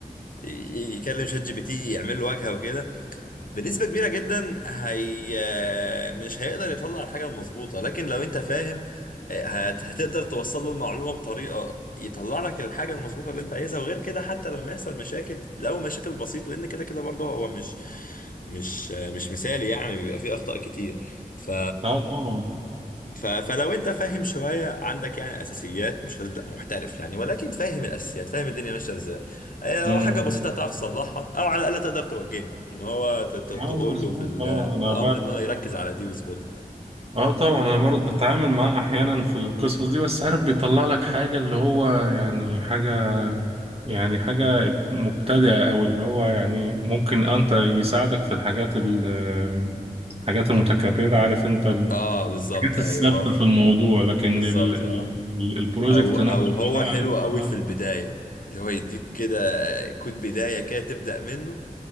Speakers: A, on the left; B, on the right.
A: ي- يكلم شات جي بي تي يعمل له واجهه وكده بنسبة كبيرة جدا هي آه، مش هيقدر يطلع الحاجة المظبوطة لكن لو انت فاهم آه، هت- هتقدر توصل له المعلومة بطريقة يطلع لك الحاجة المظبوطة اللي انت عايزها وغير كده حتى لما يحصل مشاكل لو مشاكل بسيطة لان كده كده برضه هو مش مش آه، مش مثالي يعني بيبقى فيه اخطاء كتير ف
B: اه طبعا
A: ف... فلو انت فاهم شوية عندك يعني اساسيات مش لازم تبقى محترف يعني ولكن فاهم الاساسيات فاهم الدنيا ماشية ازاي هي هو
B: امم
A: حاجة بسيطة هتعرف تصلحها أو على الأقل تقدر توجهه إن هو ت- ت- تقول
B: اه مظبوط
A: له في, ال-
B: اه انا
A: في الأمر إن هو يركز على دي ويظبطها
B: اه طبعا انا برضه بتعامل معاه احيانا في القصص دي بس عارف بيطلع لك حاجه اللي هو يعني حاجه يعني حاجه مبتدئه او اللي هو يعني ممكن انت يساعدك في الحاجات ال- الحاجات المتكرره عارف انت الحاجات
A: أه بالظبط أيوه
B: الثابته
A: هو في-
B: في الموضوع لكن
A: بالظبط
B: ال ال
A: أه
B: ال- البروجكت
A: أو أو
B: نفسه
A: هو
B: بقى
A: حلو
B: انت
A: أوي في البداية اللي هو يديك كده كود بداية كده تبدأ منه